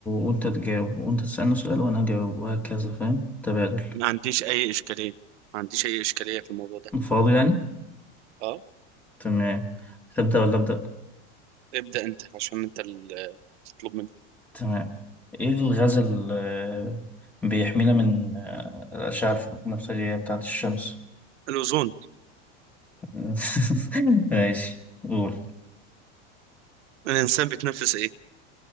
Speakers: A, in the centre; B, on the right.
A: وانت تجاوب وانت تسألني سؤال وانا اجاوب وهكذا فاهم تبادل
B: ما عنديش اي اشكاليه ما عنديش اي اشكاليه في الموضوع ده
A: فاضي يعني
B: اه
A: تمام تبدأ ولا أبدأ
B: ابدا انت عشان انت اللي تطلب مني
A: تمام ايه الغاز اللي بيحمينا من آه، الأشعة البنفسجية بتاعة الشمس
B: الاوزون
A: <laughs> ماشي قول
B: الانسان بيتنفس ايه